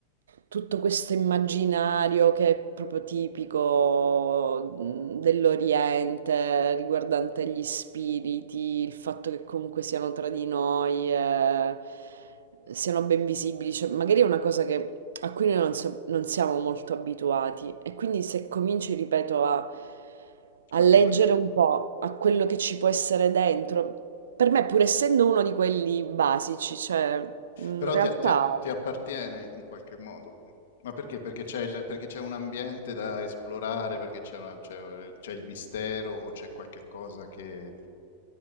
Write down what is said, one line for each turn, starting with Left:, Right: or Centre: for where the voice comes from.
Right: tutto questo immaginario che è proprio tipico mh, dell'Oriente riguardante gli spiriti, il fatto che comunque siano tra di noi. eh, siano ben visibili, cioè magari è una cosa che- a cui noi non, so- non siamo molto abituati e quindi se cominci, ripeto, a, a
Left: Ma
Right: leggere
Left: e que-
Right: un po' a quello che ci può essere dentro, per me pur essendo uno di quelli basici, cioè in
Left: Però
Right: realtà...
Left: ti, ti- ti appartiene in qualche modo. Ma perché? Perché c'è il- perché c'è un ambiente da esplorare, perché c'è una- c'è- c'è il mistero o c'è qualche cosa che